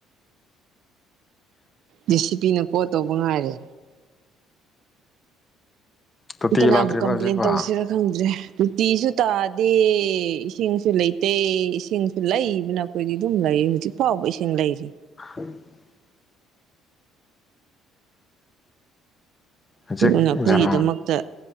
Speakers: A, on the right (about 55°); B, on the left (about 25°).
A: ꯗꯤ ꯁꯤ ꯄꯤꯅ ꯀꯣꯜ ꯇꯧꯕ ꯉꯥꯏꯔꯦ
B: ꯇꯣꯇꯤ
A: ꯀꯅꯥꯕꯨ
B: ꯂꯥꯛꯇ꯭ꯔꯤꯕ
A: ꯀꯝꯄ꯭ꯂꯦꯟ
B: ꯍꯧꯖꯤꯛꯐ
A: ꯇꯧꯁꯤꯔꯥ ꯈꯪꯗ꯭ꯔꯦ ꯇꯨꯇꯤꯁꯨ ꯇꯥꯗꯦ ꯏꯁꯤꯡꯁꯨ ꯂꯩꯇꯦ ꯏꯁꯤꯡꯁꯨ ꯂꯩꯕꯅ ꯑꯩꯈꯣꯏꯗꯤ ꯑꯗꯨꯝ ꯂꯩ ꯍꯧꯖꯤꯛ ꯐꯥꯎꯕ ꯏꯁꯤꯡ ꯂꯩꯔꯤ
B: <unintelligible> ꯍꯧꯖꯤꯛ
A: ꯑꯗꯨ ꯑꯩꯈꯣꯏꯒꯤꯗꯃꯛꯇ
B: ꯖꯨꯟ